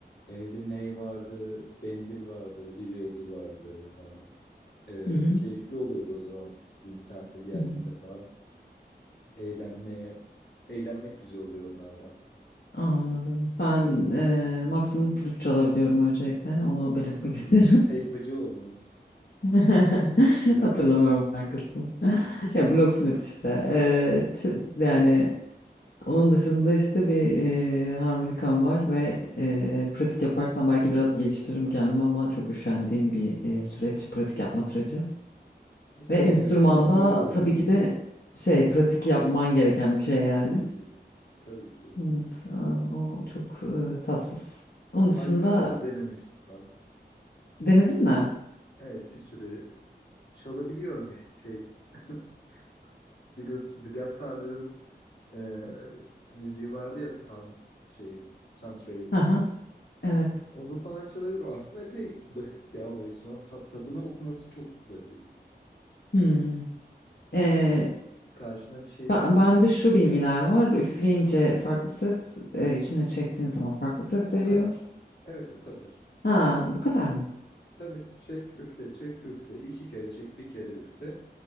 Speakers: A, on the left (about 80°); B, on the left (about 65°).
A: evde ney vardı, bendir vardı, didgeridoo vardı falan. Ee,
B: Hı hı.
A: keyifli oluyordu o zaman. Bir misafir geldiğinde
B: Hı hı.
A: falan. Eğlenmeye, eğlenmek güzel oluyor onlarla. <laughs>
B: Anladım. Ben eee, maksimum flüt çalabiliyorum öncelikle. Onu belirtmek
A: Hmm,
B: isterim.
A: Helvacıoğlu mu?
B: <laughs>
A: Block
B: Hatırlamıyorum
A: flüt.
B: markasını. <laughs> Ya blok flüt işte. Eee, ç- yani onun dışında işte bir eee, harmonikam var ve eee, pratik yaparsam belki biraz geliştiririm kendimi ama çok üşendiğim bir eee, süreç, pratik yapma süreci.
A: Ya tabii
B: Ve enstrümanla
A: enstrüman öyle oluyor.
B: tabii ki de şey pratik yapman gereken bir şey yani.
A: Tabii ki. Tabii ki.
B: Evet, aa, o çok eee, tatsız. Onun
A: Harmonika
B: dışında
A: da denemiştim ben.
B: Denedin mi?
A: Evet bir süre çalabiliyorum işte şey. <laughs> The God- The Godfather'ın eee, müziği vardı ya san şeyin, soundtrack'i.
B: Hı hı, evet.
A: Onu falan çalabilirim. Aslında epey basit ya o enstrüman. Ta- tabını okuması çok basit.
B: Hmm. Ee,
A: Yani karşına bir şey
B: ben, bende
A: açtığında
B: şu bilgiler var. Üfleyince farklı ses, e, içine çektiğin zaman farklı ses
A: o
B: veriyor.
A: kadar. Evet o kadar.
B: Ha, bu kadar mı?
A: Tabii çek üfle çek üfle. iki kere çek bir kere üfle.